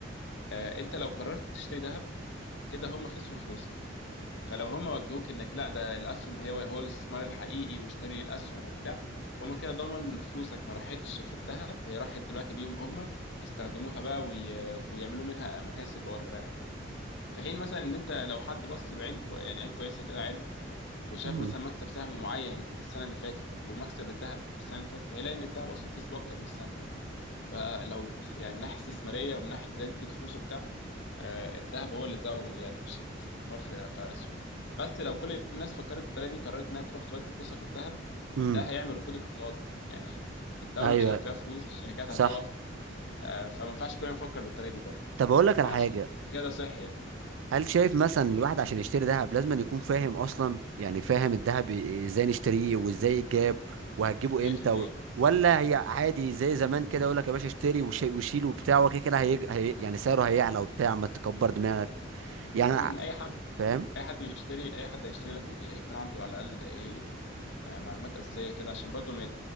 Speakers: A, on the left; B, on the right.
A: آه، انت لو قررت تشتري ذهب كده هم خسروا فلوسك فلو هم وجهوك انك لا ده الاسهم هي هو الاستثمار الحقيقي واشتري الاسهم وبتاع فهم كده ضمن إن فلوسك ما راحتش في الذهب هي راحت دلوقتي ليهم هم يستخدموها بقى وي... ويعملوا منها مكاسب وارباح في حين مثلا ان انت لو حد بص بعين كو... يعني عين كويسه كده عادي وشاف
B: امم
A: مثلا مكسب سهم معين السنه اللي فاتت ومكسب الذهب السنه اللي فاتت هيلاقي ان الذهب اصلا كسب اكتر من السهم فلو يعني من ناحيه استثماريه ومن ناحيه زياده الفلوس وبتاع آه، الذهب هو اللي زود يعني مش الاستثمار في في اسهم بس لو كل الناس فكرت بالطريقه دي قررت انها تروح تودي فلوسها في الذهب
B: امم
A: ده هيعمل ركود اقتصادي يعني <laughs> الدوله
B: ايوه
A: مش هيبقى فيها فلوس الشركات
B: صح
A: هتقف آه، فما ينفعش كلنا نفكر بالطريقه دي برضه
B: طب اقول لك على
A: آه،
B: حاجه
A: عشان كده ده صحي يعني
B: هل شايف مثلا الواحد عشان يشتري ذهب لازم أن يكون فاهم اصلا يعني فاهم الذهب إيه- ازاي نشتريه وازاي يتجاب وهتجيبه
A: 100%
B: امتى و... ولا هي عادي زي زمان كده يقول لك يا باشا اشتري وش- وشيل وبتاع وكده كده هي... هي... يعني سعره هيعلى وبتاع ما تكبر دماغك يعني
A: عموما
B: أنا ع-
A: اي حد
B: فاهم
A: اي حد بيشتري اي حد هيشتري لازم يكون عنده على الاقل ايه آه، معلومات اساسيه كده عشان برضه ما